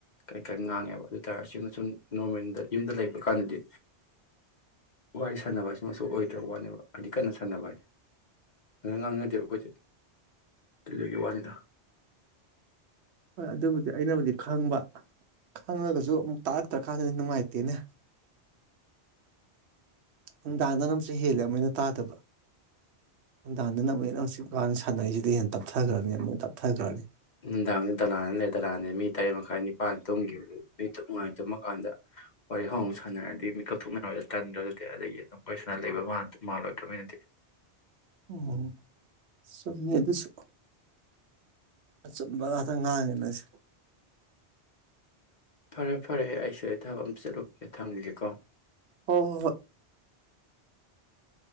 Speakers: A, on the left (about 45°); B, on the right (about 75°).
A: ꯀꯟꯅ ꯀꯟꯅ ꯉꯥꯡꯉꯦꯕ ꯑꯗꯨ <unintelligible> ꯁꯨꯝ ꯅꯣꫪꯃꯦꯜꯗ ꯌꯨꯝꯗ ꯂꯩꯕ ꯀꯥꯟꯗꯗꯤ ꯋꯥꯔꯤ ꯁꯥꯟꯅꯕꯁꯤꯃꯁꯨ ꯑꯣꯏꯗ꯭ꯔꯕ ꯋꯥꯅꯦꯕ ꯍꯥꯏꯗꯤ ꯀꯟꯅ ꯁꯥꯟꯅꯕ ꯍꯥꯏꯁꯦ ꯀꯟꯅ ꯉꯥꯡꯅꯗꯦꯕ ꯑꯩꯈꯣꯏꯗꯤ ꯑꯗꯨꯗꯨꯒꯤ ꯋꯥꯅꯤ
B: ꯍꫭꯏ ꯑꯗꯨꯕꯨꯗꯤ ꯑꯩꯅꯕꯨꯗꯤ ꯈꯪꯕ ꯈꯪꯉꯒꯁꯨ ꯑꯃꯨꯛ ꯇꯥꯔꯛꯇ꯭ꯔꯀꯥꯟꯗꯗꯤ ꯅꯨꯡꯉꯥꯏꯇꯦꯅꯦ ꯅꯨꯡꯗꯥꯡꯗꯅꯃꯨꯛꯁꯨ ꯍꯦꯜꯂꯦ ꯑꯃꯨꯛꯍꯦꯟꯅ ꯇꯥꯗꯕ ꯅꯨꯡꯗꯥꯡꯗꯅ ꯑꯃꯨꯛꯍꯦꯅ ꯍꯧꯖꯤꯛ ꯕꯥꯅꯤ ꯁꯥꯟꯅꯩꯁꯤꯗꯩ ꯍꯦꯟꯅ ꯇꯞꯊꯈ꯭ꯔꯅꯤ ꯑꯃꯨꯛꯍꯦꯟꯅ ꯇꯞꯊꯈ꯭ꯔꯅꯤ
A: ꯅꯨꯡꯗꯥꯡꯗ ꯗꯂꯥꯟ ꯂꯩ ꯗꯂꯥꯟꯅꯦ ꯃꯤ ꯇꯔꯦꯠ ꯃꯈꯥꯏ ꯅꯤꯄꯥꯟ ꯇꯨꯝꯈꯤꯕ ꯃꯤ ꯇꯨꯛ ꯅꯨꯡꯉꯥꯏ ꯇꯨꯝꯃ ꯀꯥꯟꯗ ꯋꯥꯔꯤ ꯍꯧ ꯁꯥꯟꯅꯔꯗꯤ ꯃꯤꯠꯀꯞꯊꯅꯔꯗꯤ ꯇꯟꯗ꯭ꯔ ꯑꯗꯨꯗꯤ ꯑꯗꯒꯤ ꯑꯗꯨꯝ ꯋꯥꯔꯤꯁꯅ ꯂꯩꯕ ꯃꯥꯜꯂꯣꯏꯗ꯭ꯔ ꯃꯤꯅꯗꯤ
B: ꯑꯣ ꯆꯨꯝꯃꯤ ꯑꯗꯨꯁꯨ ꯑꯆꯨꯝꯕ ꯉꯥꯇ ꯉꯥꯡꯉꯤꯅ <unintelligible>
A: ꯐꯔꯦ ꯐꯔꯦ ꯑꯩꯁ ꯁꯤꯗ ꯊꯥꯕꯛ ꯑꯃ ꯆꯠꯂꯨꯒꯤꯒꯦ ꯊꯝꯒꯦꯀꯣ
B: ꯍꯣꯏ ꯍꯣꯏ ꯍꯣꯏ